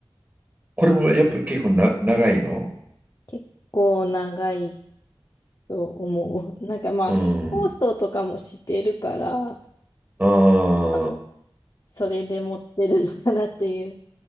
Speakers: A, on the right; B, on the left.
A: これもやっぱ結構な長いの
B: 結構長いと思う。なんかまあ、
A: うん。
B: 再放送とかもしてるから、
A: あ
B: 多分それで持ってるのかなっていう